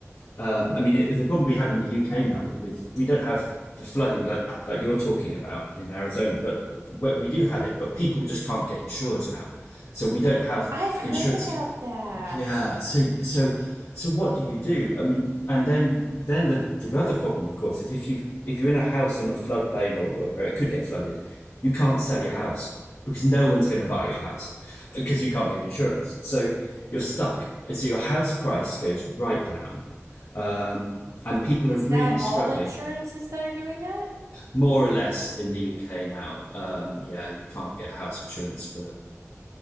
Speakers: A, on the left; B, on the right.
A: Um, I mean, it, the problem we have in the UK now with, with we don't have the flooding like like you're talking about in Arizona, but we we do have it. But people just can't get insured now, so we don't have
B: I've heard
A: insurance.
B: about
A: co-
B: that.
A: Yeah. So so so what do you do? I mean, and then then the the other problem, of course, is if you if you're in a house on a floodplain or where, where it could get flooded, you can't sell your house because no
B: <gasps>
A: one's going to buy your house because you can't get insurance. So you're stuck. So your house price goes right down, um, and people are
B: Is
A: really
B: that
A: struggling.
B: all insurances that are doing that?
A: More or less in the UK now. Um, yeah, you can't get house insurance for